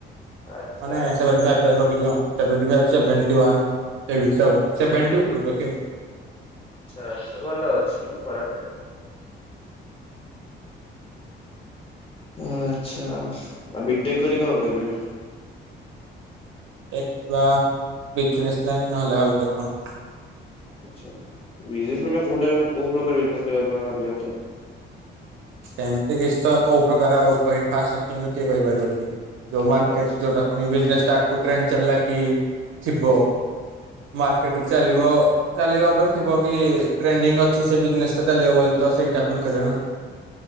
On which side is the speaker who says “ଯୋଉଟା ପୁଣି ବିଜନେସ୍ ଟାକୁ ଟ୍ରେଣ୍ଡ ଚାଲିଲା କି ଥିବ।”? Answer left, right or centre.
Right